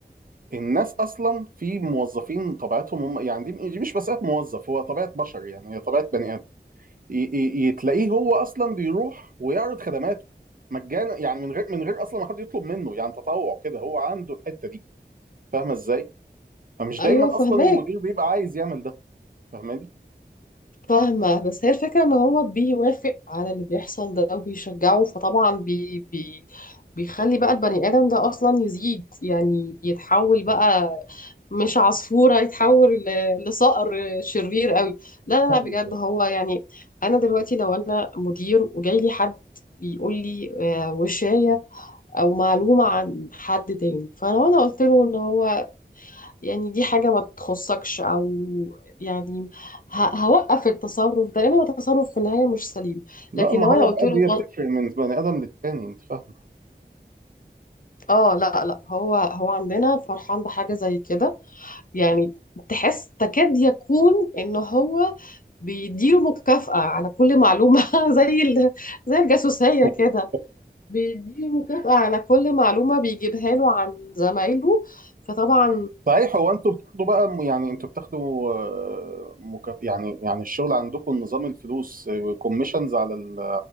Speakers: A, on the right (about 55°); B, on the left (about 50°).
A: الناس اصلا في موظفين طبيعتهم هم يعني دي دي مش مساله موظف هو طبيعه بشر يعني هي طبيعه بني ادم ي- ي- يتلاقيه هو اصلا بيروح ويعرض خدماته مجانا يعني من غير من غير اصلا ما حد يطلب منه يعني تطوع كده هو عنده الحته دي فاهمه ازاي؟ فمش
B: ايوه
A: دايما
B: فهماك
A: اصلا المدير بيبقى عايز يعمل ده فاهماني؟
B: فاهمة بس هي الفكرة ان هو بيوافق على اللي بيحصل ده وبيشجعه فطبعا بي بي بيخلي بقى البني آدم ده أصلا يزيد يعني يتحول بقى مش عصفورة يتحول ل- لصقر شرير قوي لا لا
A: ايوه
B: لا بجد هو يعني أنا دلوقتي لو أنا مدير وجاي لي حد بيقول لي آه، وشاية أو معلومة عن حد تاني فلو أنا قلت له إن هو يعني دي حاجة ما تخصكش أو يعني ه- هوقف التصرف ده لأن هو تصرف في النهاية مش سليم
A: لا
B: لكن
A: ما
B: لو
A: هو
B: أنا قلت
A: بقى
B: له
A: دي
B: وال-
A: بتفرق من بني ادم للتاني انت فاهمه
B: آه لا لا هو هو عندنا فرحان بحاجة زي كده يعني تحس تكاد يكون إن هو بيديله مكافأة على كل معلومة <laughs> زي ال... زي الجاسوسية
A: <laughs>
B: كده بيديله مكافأة على كل معلومة بيجيبها له عن زمايله فطبعا
A: صحيح هو انتوا بتاخدوا بقى م- يعني انتوا بتاخدوا آه، مكا... يعني يعني الشغل عندكم نظام الفلوس كوميشنز على ال...